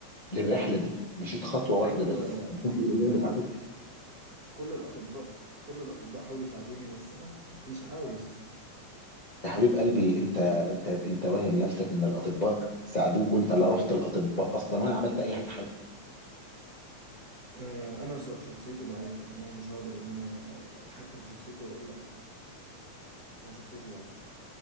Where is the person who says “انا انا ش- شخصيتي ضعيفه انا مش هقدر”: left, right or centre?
Right